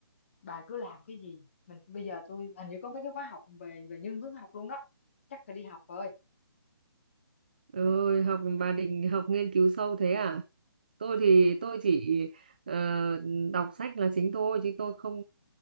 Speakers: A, on the left (about 30°); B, on the right (about 20°).
A: bà cứ làm cái gì mình bây giờ tôi hình như có mấy cái khóa học về về nhân hướng học luôn đó chắc phải đi học rồi
B: ơi học bà định học nghiên cứu sâu thế à tôi thì
A: Thì-
B: tôi chỉ ờ, đọc sách là chính thôi chứ tôi không